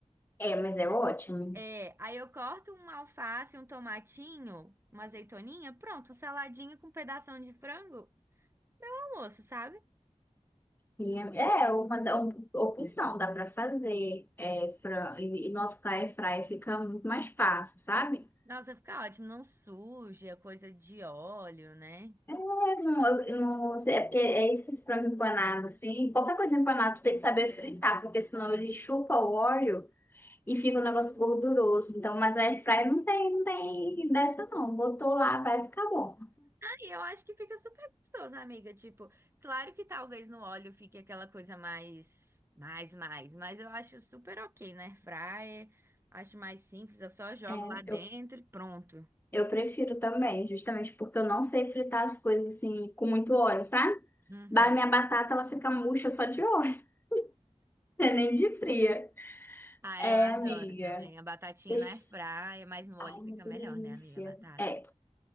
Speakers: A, on the left (about 15°); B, on the right (about 20°).
A: É, mas é ótimo.
B: É, aí eu corto uma alface, um tomatinho, uma azeitoninha, pronto, saladinha com um pedação de frango, almoço, sabe?
A: E É é uma, da- uma opção, dá para fazer. É, fran, e, e nosso air fry fica muito mais fácil, sabe?
B: Nossa, fica ótimo, não suja, coisa de óleo, né?
A: É, não, eu- eu não, sei, é porque é esses frangos empanados, assim. Qualquer coisa empanada, tu tem que saber fritar, porque senão ele chupa o óleo e fica um negócio gorduroso. Então, mas a air fry não tem, não tem dessa, não. Botou lá, vai ficar bom.
B: Ah, e eu acho que fica super gostoso, amiga. Tipo, claro que talvez no óleo fique aquela coisa mais, mais, mais, mas eu acho super ok na airfryer. Acho mais simples, eu só jogo
A: É,
B: lá dentro
A: eu,
B: e pronto.
A: eu prefiro também, justamente porque eu não sei fritar as coisas assim com muito óleo, sabe?
B: Uhum.
A: Ba- Minha batata, ela fica murcha só de óleo. <laughs> Nem de fria.
B: Ah,
A: É,
B: eu adoro
A: amiga.
B: também. A batatinha
A: Deixa...
B: na airfryer, mas no
A: Ai,
B: óleo
A: uma
B: fica
A: delícia.
B: melhor, né, amiga? A batata.
A: É,